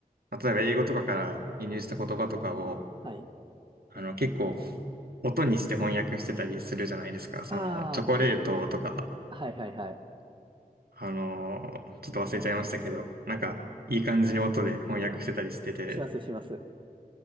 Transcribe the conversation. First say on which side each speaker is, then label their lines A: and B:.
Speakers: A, on the right; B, on the right.
A: まあ例えば英語とかから輸入した言葉とかを、
B: はい。
A: あの、結構、音にして翻訳してたりするじゃないですか。その、
B: ああ、
A: チョコレートとか、
B: はい。はいはいはい。
A: あのーちょっと忘れちゃいましたけど、なんか、いい感じに音で翻訳してたりしてて、
B: あ、します、します。